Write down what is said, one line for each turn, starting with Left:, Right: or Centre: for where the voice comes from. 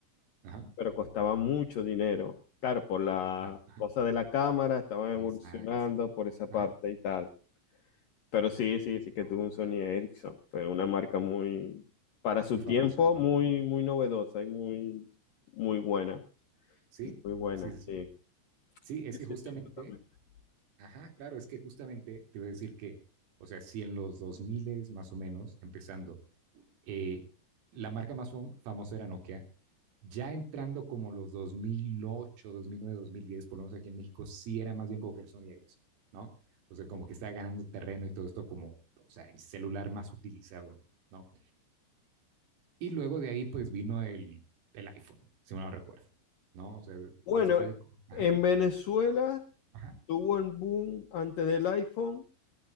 Right: Ajá,
Left: pero costaba mucho dinero. Claro, por la
Right: claro, ajá,
Left: cosa de la cámara, estaban evolucionando
Right: exacto,
Left: por esa parte
Right: ajá,
Left: y tal. Pero sí, sí, sí que tuvo un Sony Ericsson. Fue una marca muy, para su
Right: muy famosa,
Left: tiempo,
Right: ¿no?
Left: muy, muy novedosa y muy, muy buena.
Right: Sí,
Left: Y muy buena,
Right: sí, sí, sí,
Left: sí.
Right: sí, es
Left: Sí,
Right: que justamente,
Left: sí, sí, totalmente.
Right: ajá, claro, es que justamente te voy a decir que, o sea, si en los 2000 más o menos, empezando, eh, la marca más fam- famosa era Nokia, ya entrando como los dos dos mil mil ocho, dos mil nueve, dos mil diez, por lo menos aquí en México, sí era más bien como que Sony Ericsson, ¿no? O sea, como que está ganando terreno y todo esto como, o sea, el celular más utilizado, ¿no? Y luego de ahí, pues vino el, el iPhone, si no lo recuerdo, ¿no? O sea,
Left: Bueno,
Right: después de. Ajá,
Left: en Venezuela
Right: ajá,
Left: tuvo el boom antes del iPhone.